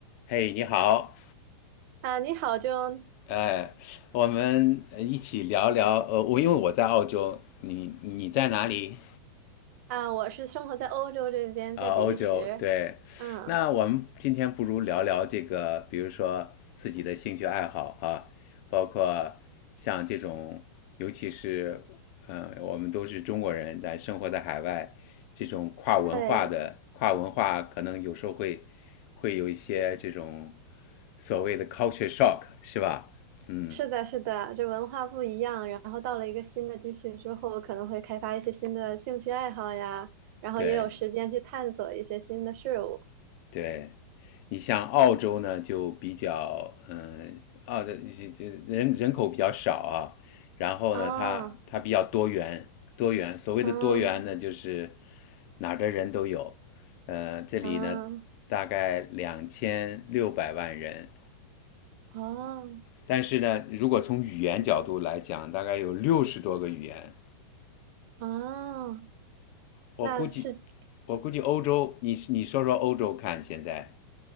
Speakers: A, on the left (about 45°); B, on the right (about 50°).
A: 嘿你好，
B: 啊，你好 j o
A: 呃，我们呃一起聊聊，呃，我因为我在澳洲，你你在哪里？
B: 啊，我是生活在欧洲这边，
A: 啊、
B: 在比利时。
A: 欧洲，对，
B: 嗯，
A: 那我们今天不如聊聊这个，比如说自己的兴趣爱好哈、包括像这种，尤其是，嗯、呃我们都是中国人，但生活在海外，这种跨文化的跨文化，
B: 对，
A: 可能有时候会会有一些这种所谓的 culture shock，是吧？嗯，
B: 是的，是的，这文化不一样。然后到了一个新的地区之后，可能会开发一些新的兴趣爱好呀，然后也有时间去探索一些新的事物。
A: 对。对你像澳洲呢，就比较嗯，澳的这这人人口比较少啊，然后呢，
B: 哦，
A: 它它比较多元，多元。所谓的多元呢，
B: 嗯，
A: 就是哪儿的人都有。呃，这里呢，
B: 嗯，嗯
A: 大概两千六百万人，
B: 哦，
A: 但是呢，如果从语言角度来讲，大概有六十多个语言。
B: 哦，
A: 我估计，
B: 那是
A: 我估计欧洲，你你说说欧洲看现在，